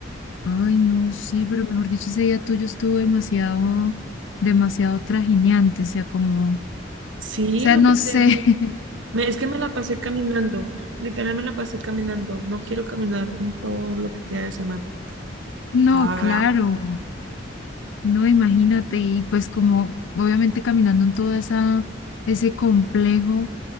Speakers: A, on the left; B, on the right.
A: Ay, no, sí, pero mejor dicho, ese día tuyo estuvo demasiado, demasiado trajineante, o sea, como, o
B: Sí,
A: sea,
B: lo
A: no
B: que te
A: sé,
B: digo.
A: <laughs>
B: Me- es que me la pasé caminando, literal me la pasé caminando. No quiero caminar en todo lo que queda de semana.
A: no,
B: Ah,
A: claro, No, imagínate, y pues como obviamente caminando en todo esa, ese complejo,